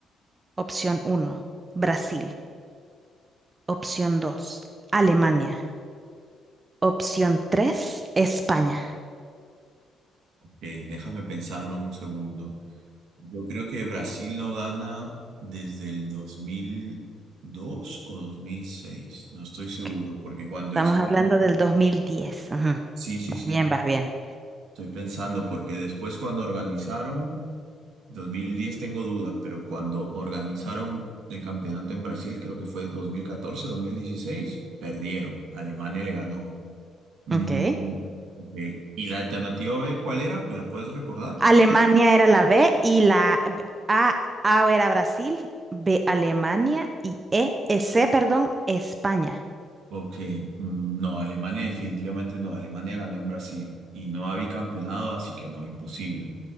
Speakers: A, on the right (about 30°); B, on the right (about 75°).
A: opción uno: Brasil, opción 2: Alemania, opción 3: España.
B: Ok, déjame pensarlo un segundo. Yo creo que Brasil no gana desde el dos mil dos o dos mil seis No estoy seguro,
A: Ok,
B: porque cuando
A: Estamos
B: hicieron...
A: hablando del 2010. Ujú.
B: Sí, sí,
A: Vas
B: sí.
A: bien, vas bien.
B: Estoy pensando, porque después cuando organizaron, 2010 tengo dudas, pero cuando organizaron el campeonato en Brasil, creo que fue dos dos mil catorce dos mil dieciséis perdieron. Alemania le ganó. Mm,
A: Ok.
B: ok. ¿Y la alternativa B cuál era? ¿Me la puedes recordar?
A: Alemania era la B y la B- A, A era Brasil, B Alemania y E, eh, C, perdón, España.
B: Ok, mm, no, Alemania definitivamente no. Alemania ganó en Brasil y no había campeonado, así que no, imposible.